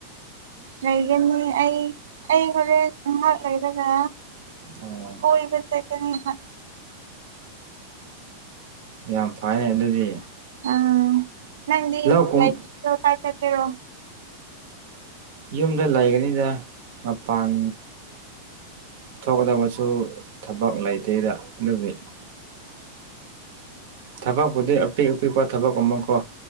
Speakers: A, on the right; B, on the right.
A: ꯂꯩꯒꯅꯤ ꯑꯩ ꯑꯩ ꯍꯣꯔꯦꯟ ꯉꯥꯏꯍꯥꯛ ꯂꯩꯔꯒ
B: ꯑꯣ
A: ꯀꯣꯏ ꯆꯦꯛꯀꯅꯤ ꯍꯥꯏ
B: ꯌꯥꯝ ꯐꯅꯦ ꯑꯗꯨꯗꯤ
A: ꯑꯥ ꯅꯪꯗꯤ
B: ꯂꯧ ꯀꯨꯝ
A: ꯂꯥꯏꯣ ꯀꯥꯏ ꯇ ꯇꯦꯔꯣ
B: ꯌꯨꯝꯗ ꯂꯩꯒꯅꯤꯗ ꯃꯄꯥꯟ ꯊꯣꯛꯀꯗꯕꯁꯨ ꯊꯕꯛ ꯂꯩꯇꯦꯗ ꯑꯗꯨꯗꯤ ꯊꯕꯛꯄꯨꯗꯤ ꯑꯄꯤꯛ ꯑꯄꯤꯛꯄ ꯊꯕꯛ ꯑꯃꯨꯛꯀꯣ